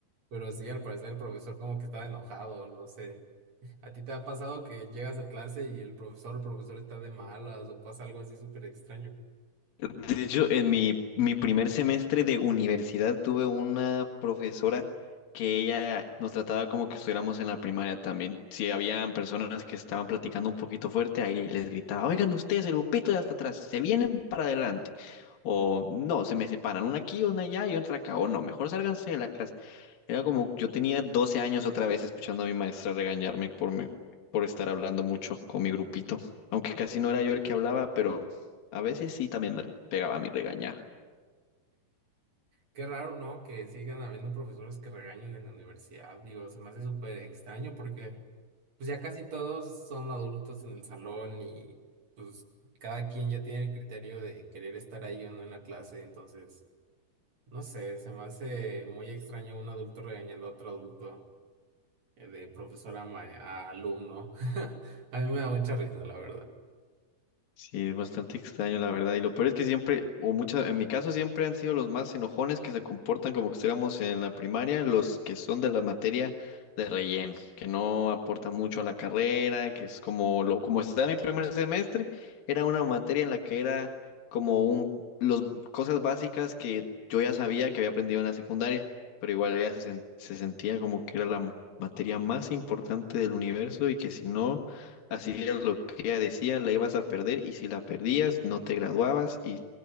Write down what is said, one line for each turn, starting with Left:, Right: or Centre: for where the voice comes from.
Right: Pero sí, al parecer el profesor como que estaba enojado, no sé. ¿A ti te ha pasado que llegas a clase y el profesor o profesor está de malas o pasa algo así súper extraño?
Left: De hecho, en mi, mi primer semestre de universidad tuve una profesora que ella nos trataba como que estuviéramos en la primaria también. Si habían personas que estaban platicando un poquito fuerte, ahí les gritaba, oigan ustedes, el grupito de hasta atrás, se vienen para adelante. O no, se me separan, una aquí, una allá y otra acá. O no, mejor sálganse de la clase. Era como, yo tenía 12 años otra vez escuchando a mi maestra regañarme por, me- por estar hablando mucho con mi grupito. Aunque casi no era yo el que hablaba, pero a veces sí también me pegaba mi regañada.
Right: Qué raro, ¿no? Que sigan habiendo profesores que regañen en la universidad, digo, se me hace súper extraño porque... pues ya casi todos son adultos en el salón y pues cada quien ya tiene el criterio de querer estar ahí o no en la clase, entonces, no sé, se me hace muy extraño un adulto regañando a otro adulto eh, de profesor a, ma- a alumno. <laughs> A mí me da mucha risa, la verdad.
Left: Sí, es bastante extraño, la verdad. Y lo peor es que siempre, o muchas, en mi caso siempre han sido los más enojones que se comportan como que estuviéramos en la primaria, los que son de la materia de relleno, que no aportan mucho a la carrera, que es como lo, como está en mi primer semestre, era una materia en la que era como un, los, cosas básicas que yo ya sabía que había aprendido en la secundaria, pero igual ya se, sen- se sentía como que era la materia más importante del universo y que si no Así es lo que ya decían, la ibas a perder y si la perdías no te graduabas y